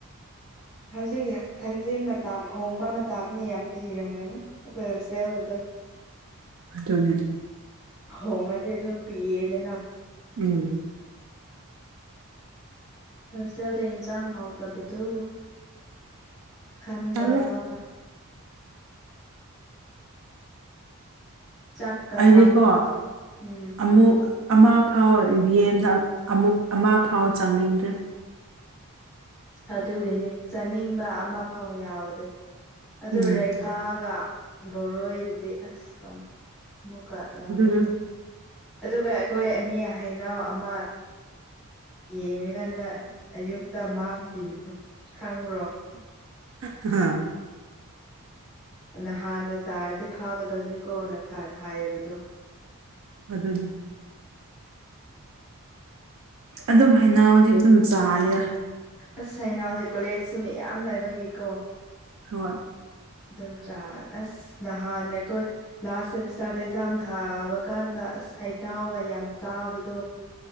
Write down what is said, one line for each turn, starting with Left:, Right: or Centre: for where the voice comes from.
Centre: ꯍꯧꯖꯤꯛ ꯊꯥꯡꯖꯤꯡ ꯃꯇꯝ ꯍꯣꯡꯕ ꯃꯇꯝꯅꯦ ꯌꯥꯝ ꯄꯤꯔꯝꯒꯅꯤ ꯑꯈꯣꯏ ꯍꯣꯁꯇꯦꯜꯗꯗꯣ
Right: ꯑꯗꯨꯅꯦ
Centre: ꯍꯣꯡꯉꯗꯤ ꯑꯗꯨꯝ ꯄꯤꯌꯦꯗꯅ
Right: ꯎꯝ
Centre: ꯁꯦꯜꯗ ꯏꯟꯖꯥꯡ ꯍꯥꯎꯇꯕꯗꯣ ꯈꯟꯕꯗ
Right: ꯇꯜꯂꯦ
Centre: ꯋꯥ ꯆꯥꯛꯀ
Right: ꯑꯩꯗꯤꯀꯣ
Centre: ꯂꯥꯝꯕ ꯎꯝ
Right: ꯑꯃꯨꯛ ꯑꯃ ꯐꯥꯎ ꯔ꯭ꯌꯦꯟꯗ ꯑꯃꯨꯛ ꯑꯃ ꯐꯥꯎ ꯆꯪꯅꯤꯡꯗꯦ
Centre: ꯑꯗꯨꯒꯤꯅꯤ ꯆꯥꯅꯤꯡꯕ ꯑꯃ ꯐꯥꯎ ꯌꯥꯎꯗꯦ ꯑꯗꯨ
Right: ꯎꯝ
Centre: ꯔꯦꯈꯥꯒ ꯕꯣꯔꯣꯏꯗꯨꯗꯤ ꯑꯁ ꯃꯨꯀ ꯂꯧꯅꯤꯡ
Right: ꯑꯗꯨꯅ
Centre: ꯑꯗꯨꯒ ꯑꯩꯈꯣꯏ ꯑꯅꯤ ꯍꯩꯅꯧ ꯑꯃ ꯌꯦꯡꯉꯀꯥꯟꯗ ꯑꯌꯨꯛꯇ ꯃꯥꯡꯈꯤꯕꯗꯨ ꯈꯪꯕ꯭ꯔꯣ
Right: <unintelligible>
Centre: ꯅꯍꯥꯟꯅ ꯆꯥꯔꯗꯤ ꯐꯥꯒꯗꯕꯅꯤꯀꯣꯅ ꯍꯥꯏꯌꯦꯕꯗꯣ
Right: ꯑꯗꯨꯅꯦ ꯑꯗꯨꯝ ꯍꯩꯅꯥꯎꯗꯤ ꯑꯗꯨꯝ ꯆꯥꯏꯗ
Centre: ꯑꯁ ꯍꯩꯅꯧ ꯀꯣꯂꯦꯖꯁꯨ ꯃꯌꯥꯝ ꯂꯥꯏꯕꯒꯤꯀꯣ
Right: ꯍꯣꯏ
Centre: ꯑꯗꯨꯝ ꯆꯥ ꯑꯁ ꯅꯍꯥꯟ ꯑꯩꯈꯣꯏ ꯂꯥꯁ ꯁꯦꯃꯁ ꯇꯔꯗ ꯑꯦꯛꯖꯥꯝ ꯊꯥꯕ ꯀꯥꯟꯗ ꯍꯩꯅꯧꯒ ꯌꯥꯝ ꯆꯥꯕ ꯗꯣ